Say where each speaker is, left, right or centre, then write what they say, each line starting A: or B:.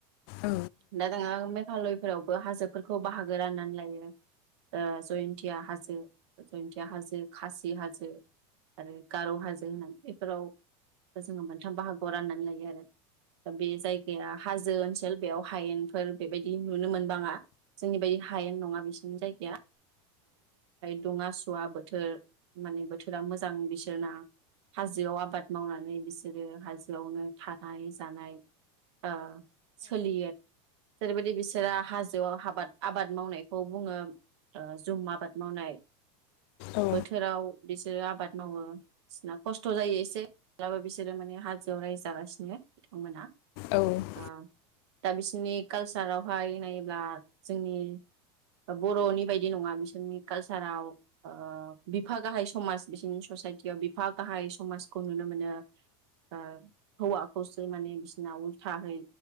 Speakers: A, on the left; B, on the right.
A: औ
B: दा जोङो मेघालय फोरावबो हाजोफोरखौ बाहागो राननानै लायो ओ जयन्तिया हाजो जयन्तिया हाजो खासि हाजो आरो गार हाजो होननानै बेफोराव जोङो मोनथाम बाहागोआव राननानै लायो आरो दा बे जायगाया ओनसोल बेयाव हायेनफोर बेबायदि नुनो मोनबाङा जोंनि बायदि हायेन नङा बिसिनि जायगाया दुङा सुवा बोथोर माने बोथोरा मोजां बिसोरना हाजोआव आबाद मावनानै बिसोरो हाजोआवनो थानाय जानाय ओ सोलिययो जेरैबायदि बिसोरा हाजोआव हाबाद आबाद मावनायखौ बुंङो जुम आबाद मावनाय
A: औ
B: बोथोराव बेसे बिसोरो आबाद मावो बिसना खस्थ जायो एसे माबब्लाबो बिसोरो माने हाजोआव रायजागासिनो बिथांमोनहा
A: औ
B: ओ दा बिसोरनि कालसारावहाय नायोब्ला जोंनि बरनि बायदि नंङा बिसोरनि कालसाराव ओ बिफा गाहाइ समाज बिसोरनि ससायटियाव बिफा गाहाइ समाजखौ नुनो मोनो ओ हौवाखौसो माने बिसोरना थाहै